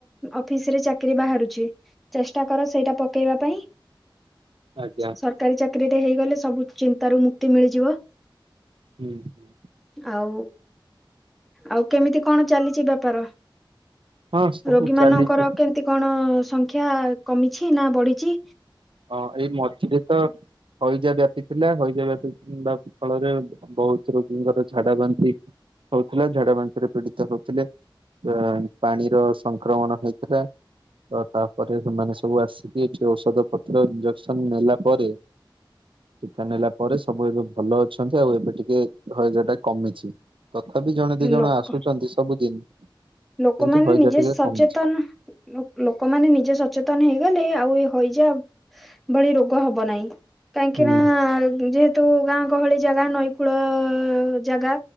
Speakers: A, in the centre; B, on the right.
A: ଅଫିସରେ ଚାକିରି ବାହାରୁଛି। ଚେଷ୍ଟା କର ସେଇଟା ପକେଇବା ପାଇଁ।
B: ଆଜ୍ଞା
A: ସରକାରୀ ଚାକିରିଟେ ହେଇଗଲେ, ସବୁ ଚିନ୍ତାରୁ ମୁକ୍ତି ମିଳିଯିବ।
B: ହୁଁ- ହୁଁ।
A: ଆଉ ଆଉ କେମିତି କଣ ଚାଲିଚି ବେପାର,
B: ହଁ ସବୁ
A: ରୋଗୀ ମାନଙ୍କର
B: ଚାଲିଛି
A: କେମିତି କଣ ସଂଖ୍ୟା କମିଛି ନା ବଢିଚି?
B: ହଁ ଏଇ ମଝିରେ ତ ହଇଜା ବ୍ୟାପି ଥିଲା, ହଇଜା ବ୍ୟାପିବା ଫଳରେ ବହୁତ ରୋଗୀଙ୍କର ଝାଡା ବାନ୍ତି ହଉଥିଲା, ଝାଡା ବାନ୍ତିରେ ପୀଡିତ ହଉଥିଲେ। ଆ ପାଣିର ସଂକ୍ରମଣ ହେଇଥିଲା। ଆଉ ତାପରେ ସେମାନେ ସବୁ ଆସିକି, ଏଠି ଔଷଧପତ୍ର ଇଞ୍ଜେକ୍ସନ ନେଲା ପରେ ଟିକା ନେଲା ପରେ ସବୁ ଏବେ ଭଲ ଅଛନ୍ତି, ଆଉ ଏବେ ଟିକେ ହଇଜାଟା କମିଛି। ତଥାପି ଜଣେ ଦି ଜଣ
A: ଲୋକ
B: ଆସୁଚନ୍ତି ସବୁଦିନ।
A: ଲୋକମାନେ
B: କିନ୍ତୁ ହଇଜା
A: ନିଜେ
B: ଟିକେ
A: ସଚେତନ
B: କମିଛି।
A: ଲୋ ଲୋକମାନେ ନିଜେ ସଚେତନ ହେଇଗଲେ, ଆଉ ଏ ହଇଜା ଭଳି ରୋଗ ହବ ନାହିଁ, କାହିଁକି
B: ହୁଁ।
A: ନା ଯେହେ ତ ଗାଁ ଗହଳି ଜାଗା ନଈକୂଳ ଜାଗା,